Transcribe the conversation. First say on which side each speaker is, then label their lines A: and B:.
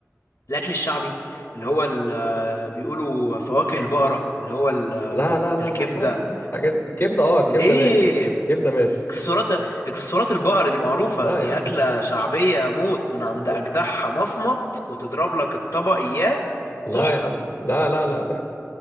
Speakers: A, on the left; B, on the left.
A: الاكل الشعبي اللي هو ال- آه، بيقولوا فواكه البقرة اللي هو ال- آه،
B: لا لا لا
A: الكبدة
B: لا لا لا لا الحاجات دي- الكبده اه الكبده
A: ليه
B: ماشي الكبده ماشي
A: اكسسوارات اكسسوارات البقرة دي معروفة
B: لا
A: دي
B: يا عم
A: أكلة شعبية موت من عند
B: <laughs>
A: أجدعها مصمت وتضرب لك الطبق إياه
B: لا
A: تحفة
B: يا عم لا لا لا لا